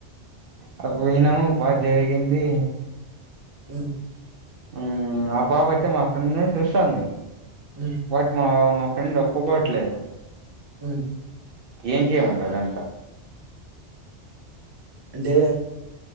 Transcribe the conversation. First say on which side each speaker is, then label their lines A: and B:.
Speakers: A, on the right (about 60°); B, on the right (about 25°).
A: అడా పోయినాము బా జరిగింది
B: హ్మ్
A: హ్మ్ ఆ పాప అయితే మా ఫ్రెండ్ నే చూస్తాంది
B: ఉమ్
A: బట్ మా ఏంది ఒప్పుకోట్లేదు
B: అ
A: ఏం చేయమంటావు దానితో
B: అంటే